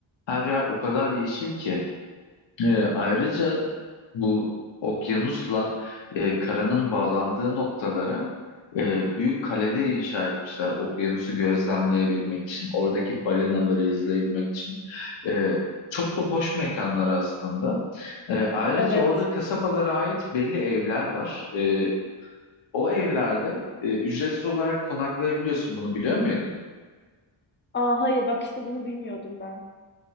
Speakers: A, on the left; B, on the left.
A: her yer o kadar yeşil ki. E, ayrıca bu okyanusla e, karanın bağlandığı noktalara e, büyük kaleler inşa etmişler. Okyanusu gözlemleyebilmek için, oradaki balinaları izleyebilmek için. E, çok da hoş mekanlar aslında. E, ayrıca
B: Evet.
A: orada kasabalara ait belli evler var. E, o evlerde e, ücretsiz olarak konaklayabiliyorsun. Bunu biliyor muydun?
B: Aa hayır bak işte bunu bilmiyordum ben.